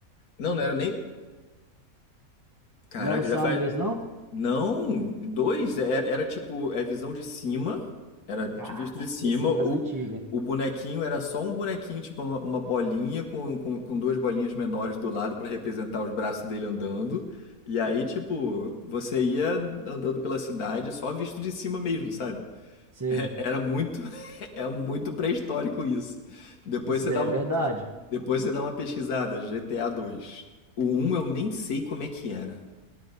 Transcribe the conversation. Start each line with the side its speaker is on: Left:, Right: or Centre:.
Left: Não, não era nem. Caraca,
Right: Não era o San
Left: já faz.
Right: Andreas, não?
Left: Não, dois, era, era tipo, é visão de cima, era
Right: Caraca,
Left: de- visto de cima,
Right: esse é das
Left: o,
Right: antigas.
Left: o bonequinho era só um bonequinho, tipo uma, uma bolinha com, com, com duas bolinhas menores do lado pra representar os braços dele andando, e aí, tipo, você ia andando pela cidade só visto de cima mesmo, sabe?
Right: Sei.
Left: É- era muito, <laughs> é muito pré-histórico isso. Depois
Right: Isso
Left: você
Right: daí
Left: dá,
Right: é verdade.
Left: depois você dá uma pesquisada, GTA 2. O um eu nem sei como é que era,